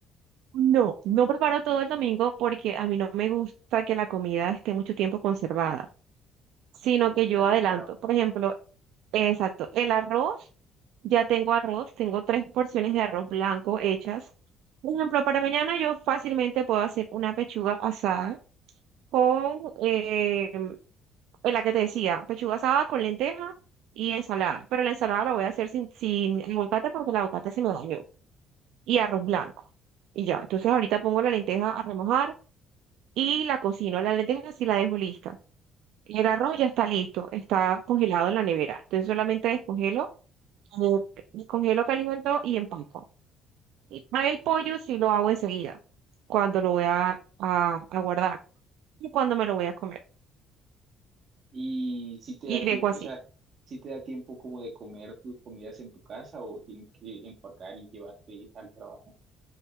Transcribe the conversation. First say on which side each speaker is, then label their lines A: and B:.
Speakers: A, on the right (about 80°); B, on the right (about 40°).
A: No, no preparo todo el domingo porque a mí no me gusta que la comida esté mucho tiempo conservada, sino
B: el
A: que
B: recalentado.
A: yo adelanto. Por ejemplo, exacto, el arroz, ya tengo arroz, tengo tres porciones de arroz blanco hechas. Por ejemplo, para mañana yo fácilmente puedo hacer una pechuga asada con, eh, en la que te decía, pechuga asada con lenteja y ensalada. Pero la ensalada la voy a hacer sin, sin aguacate porque el aguacate se me dañó. y arroz blanco. Y ya, entonces ahorita pongo la lenteja a remojar y la cocino. La lenteja sí la dejo lista. El arroz ya está listo, está congelado en la nevera. Entonces solamente descongelo, eh, descongelo, caliento y empaco. Y a
B: Ok.
A: El pollo sí lo hago enseguida, cuando lo voy a, a, a guardar y cuando me lo voy a comer.
B: Y si te
A: Y
B: da tiempo,
A: dejo así.
B: o sea, si te da tiempo como de comer tus comidas en tu casa o tienes que empacar y llevarte al trabajo.